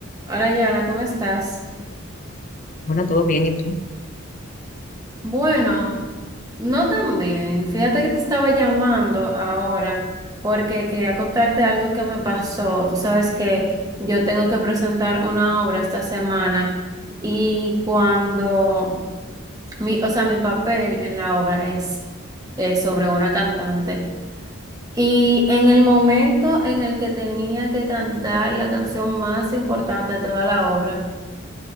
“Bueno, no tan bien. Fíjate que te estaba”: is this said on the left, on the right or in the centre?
Right